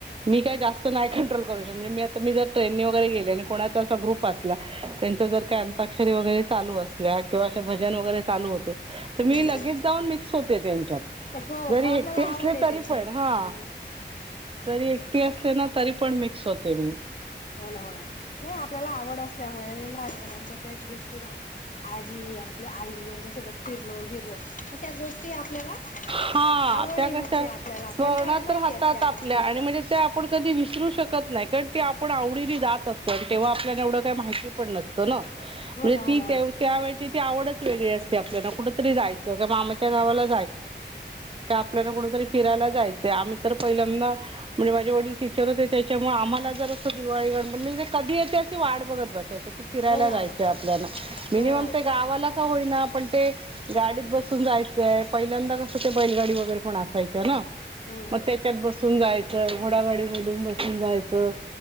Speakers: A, on the right (about 30°); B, on the left (about 45°).
A: मी काही जास्त नाही कंट्रोल मी आताी जर ट्रेननी वैरे गेले आणि कोणाचा असा ग्रुप असला त्यांच जर काही अंताक्षरी वगैरे चालू असल्या किंवा अे भजन वगैरे चालू होते.
B: हम्म
A: मी लगेच जाऊन मिक्स होते त्यांच्यात
B: हो
A: जरी
B: मग आपल्याला
A: एकटे असले
B: आवड आहे
A: तरी
B: त्याची
A: पण हा
B: हम्म
A: जरी एकटी असले ना तरी पण मिक्स होते मी
B: हो ना हो ना नाही आपल्याला आवड असल्यामुळे आणि लहानपणाच्या त्याच गोष्टीत आजी आपल्या आई यांच्यासोबत फिरलो गेलो तर त्या गोष्टी आपल्याला
A: हा
B: आवड
A: त्या
B: आहे
A: कशा
B: म्हणजे आपल्याला
A: स्मरणात
B: कंटाळा नाही
A: राहातात
B: येत त्या
A: आपल्या
B: गोष्टींचा.
A: आणि म्हणजे कधी विसरू शकत नाही कारण तेी आपण आवडीनी जात असतो आणि तेव्हा आपल्याला एवढं काही माहिती पण म्हणजे
B: हो ना हो
A: ती
B: ना हो
A: त्या
B: ना.
A: त्या वेळची ती आवडच वेगळी असते आपल्याला कुठतरी जायचं कि मामाच्या गावाला
B: हम्म
A: आपल्याला कुठतरी फिरायला जायचं आम्ही तर पहिल्यांदा म्हणजे माझे वडील टीचर होते त्याच्यामुळे आम्हाला जरा असं दिवाळी गडबड म्हणजे कधी येते अशी वाट बघत फिरायला
B: हो ना
A: जायंचं
B: हो ना हो
A: मिनिमम ते गावाला का होईना पण ते गाडीत बसून जायचंय पहिल्यांदा कसं ते बैलगाडी वगैरे पण असायच्या ना
B: हम्म
A: मग त्याच्यात बसून जायचं घोडागाडी बोलून बसून जायचं